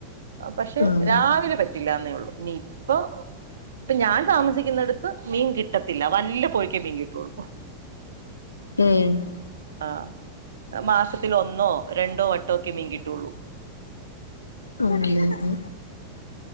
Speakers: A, on the right; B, on the left.
A: പക്ഷെ
B: ആഹ്
A: രാവിലെ പറ്റില്ലാന്നേ ഒള്ളൂ ഇനിപ്പൊ ഇപ്പൊ ഞാൻ താമസിക്കുന്നിടത്ത് മീൻ കിട്ടത്തില്ല വല്ല് പോയ്ക്കേ മീൻ കിട്ടുള്ളൂ
B: ഉം
A: ആഹ് മാസത്തിൽ ഒന്നോ രണ്ടോ വട്ടൊക്കെ മീൻ കിട്ടൊള്ളൂ
B: ഉം ഇല്ലാത്തെ